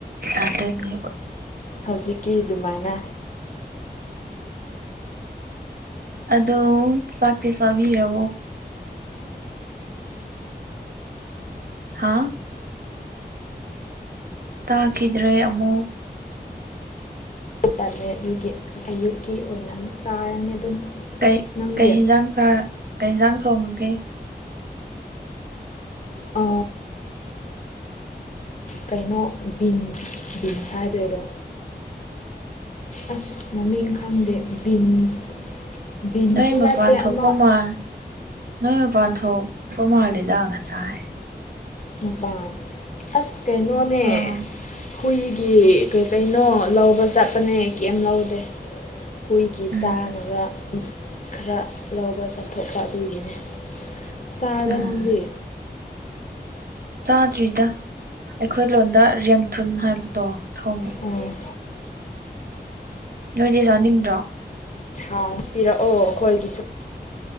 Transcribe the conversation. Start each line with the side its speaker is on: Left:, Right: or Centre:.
Right: ꯑꯗꯨꯗꯅꯤ
Left: ꯍꯧꯖꯤꯛꯀꯤ ꯑꯗꯨꯃꯥꯏꯅ
Right: ꯑꯗꯣ ꯆꯥꯛꯇꯤ ꯆꯥꯕꯤꯔꯣ ꯍꯥꯥ ꯇꯥꯈꯤꯗ꯭ꯔꯦ ꯑꯃꯨꯛ
Left: ꯑꯗꯨ ꯇꯂꯦ ꯑꯗꯨꯒꯤ ꯑꯌꯨꯛꯀꯤ ꯑꯣꯏꯅ ꯑꯃꯨꯛ ꯆꯥꯔꯅꯤ ꯑꯗꯨꯝ
Right: ꯀꯩ
Left: ꯅꯪꯗꯤ
Right: ꯀꯩ ꯌꯦꯟꯖꯥꯡ ꯆ ꯀꯩ ꯌꯦꯟꯖꯥꯡ ꯊꯣꯡꯉꯒꯦ
Left: ꯑ ꯀꯩꯅꯣ ꯕꯤꯟꯁ ꯕꯤꯟꯁ ꯍꯥꯏꯗꯣꯏꯔꯣ ꯑꯁ ꯃꯃꯤꯡ ꯈꯪꯗꯦ ꯕꯤꯟꯁ ꯕꯤꯟꯁꯇꯤ
Right: ꯅꯣꯏ ꯃꯄꯥꯟ
Left: ꯅꯠꯇꯦ
Right: ꯊꯣꯛꯄ
Left: ꯑꯃ
Right: ꯃꯥ ꯅꯣꯏ ꯃꯄꯥꯟ ꯊꯣꯛꯄ ꯃꯥꯜꯂꯤꯗ ꯉꯁꯥꯏ
Left: ꯅꯨꯄꯥꯟ ꯑꯁ ꯀꯩꯅꯣꯅꯦ
Right: ꯑꯥ
Left: ꯍꯨꯏ ꯁꯤ ꯀꯩ ꯀꯩꯅꯣ ꯂꯧꯕ ꯆꯠꯄꯅꯦ ꯀꯦꯝ ꯂꯧꯗꯦ ꯍꯨꯏꯒꯤ
Right: ꯎꯝ
Left: ꯆꯥꯅꯕ ꯈꯔ ꯂꯧꯕ ꯆꯠꯊꯣꯛꯄ ꯑꯗꯨꯒꯤꯅꯤ ꯆꯥꯔꯕ
Right: ꯎꯝ
Left: ꯅꯪꯗꯤ
Right: ꯆꯥꯗ꯭ꯔꯤꯗ ꯑꯩꯈꯣꯏ ꯂꯣꯟꯗ ꯌꯦꯟ ꯊꯨꯟ ꯍꯥꯏꯕꯗꯣ ꯊꯣꯡꯉꯦ
Left: ꯎꯝ
Right: ꯅꯣꯏꯗꯤ ꯆꯥꯅꯤꯡꯗꯔꯣ
Left: ꯍꯥꯎꯅꯤ ꯄꯤꯔꯛꯑꯣ ꯑꯩꯈꯣꯏꯒꯤꯁꯨ